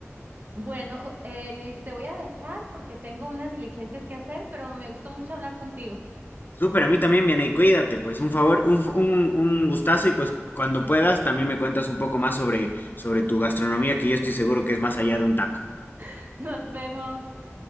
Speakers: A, on the right; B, on the left.
A: Bueno, Jo- eh, Luis, te voy a dejar porque tengo unas diligencias que hacer, pero me gustó mucho hablar contigo.
B: Súper, a mí también, viene y cuídate, pues un favor, un, f- un- un gustazo y pues cuando puedas también me cuentas un poco más sobre, sobre tu gastronomía, que yo estoy seguro que es más allá de un taco.
A: <laughs> Nos vemos.